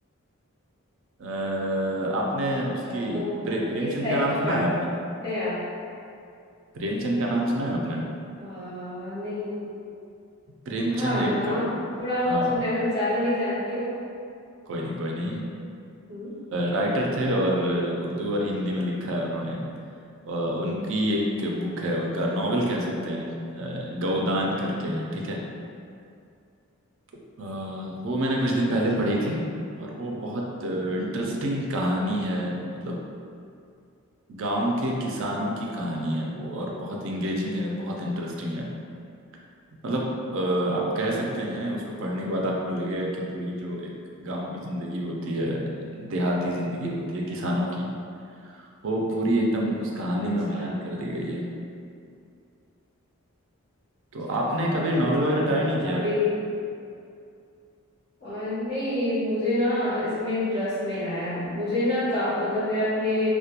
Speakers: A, on the right; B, on the left.
A: अ, आपने
B: अच्छा
A: उसकी
B: तो मतलब
A: प्रे, प्रेमचंद
B: किस टाइप
A: का नाम
B: की
A: सुना
B: पढ़ते
A: है आपने
B: हैं आप
A: प्रेमचंद का नाम सुना है आपने
B: आ, नहीं
A: प्रेमचंद
B: हाँ
A: एक
B: नाम थोड़ा बहुत
A: हाँ
B: सुना है मतलब ज्यादा नहीं जानती हूँ
A: कोई नहीं कोई नहीं
B: हम्म
A: राइटर थे और उर्दू और हिंदी में लिखा है उन्होंने अ, उनकी एक बुक है उनका नॉवेल कह सकते हैं अ, गौदान करके है, ठीक है अ, वो मैंने कुछ दिन पहले
B: अच्छा
A: पढ़ी थी और वो बहुत इंटरेस्टिंग कहानी है मतलब गांव के किसानों की कहानी है वो और बहुत इंगेजिंग है बहुत इंटरेस्टिंग है मतलब अ, आप कह सकते हैं उसको पढ़ने के बाद आपको लगेगा कि पूरी जो एक गांव की जिंदगी होती है देहाती जिंदगी होती है किसानों की वो पूरी एकदम उस कहानी
B: अच्छा
A: में बयान कर दी गई है तो
B: क्या
A: आपने
B: बात
A: कभी
B: है
A: नॉवेल
B: अ,
A: वगैरह ट्राई
B: मतलब
A: नहीं किया
B: काफी और नहीं मुझे ना इसमें इंटरेस्ट नहीं आया मुझे ना का मतलब मैं अपने